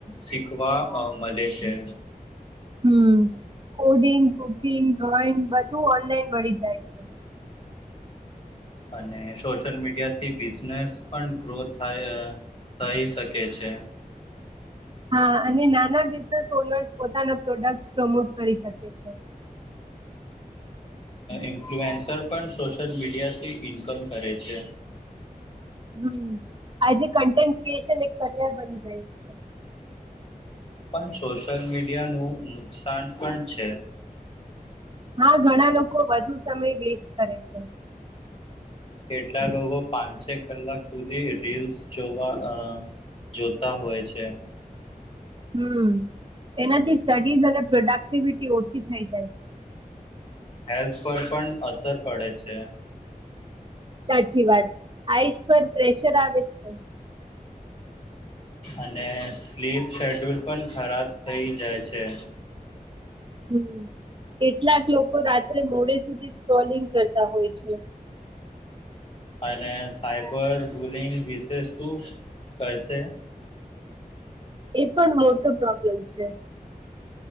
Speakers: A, on the left (about 40°); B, on the right (about 35°).
A: શીખવા મળે છે
B: હમ, કોડિંગ, કુકિંગ, ડ્રોઈંગ, બધું ઓનલાઈન મળી જાય છે
A: અને સોશિયલ મીડિયા થી બિઝનેસ પણ ગ્રો થાય થઈ શકે છે
B: હા, અને નાના બિઝનેસ ઓનર્સ પોતાના પ્રોડક્ટસ પ્રમોટ કરી શકે છે
A: ઇન્ફ્લુએન્સર પણ સોશિયલ મીડિયાથી ઇન્કમ કરે છે
B: હમ, આજે કન્ટેન્ટ ક્રિએશન એક કરિયર બની ગયું છે
A: પણ સોશિયલ મીડિયાનું નુકસાન પણ છે
B: હા ઘણા લોકો વધુ સમય વેસ્ટ કરે. છે
A: કેટલા લોકો પાંચ છ કલાક સુધી રીલ્સ જોવા જોતા હોય છે.
B: હમ એનાથી સ્ટડીઝ અને પ્રોડક્ટિવિટી ઓછી થઈ જાય છે.
A: હેલ્થ પર પણ અસર પડે છે.
B: સાચી વાત આઈસ પર પ્રેશર આવે છે.
A: અને સ્લીપ શેડ્યુલ પણ ખરાબ થઈ જાય છે.
B: હમ એટલાક લોકો રાત્રે મોડે સુધી સ્ટ્રોલિંગ કરતા હોય છે.
A: અને સાયબર બુલિંગ વિશે શું કરશે.
B: એ પણ મોટો પ્ર લગ છે.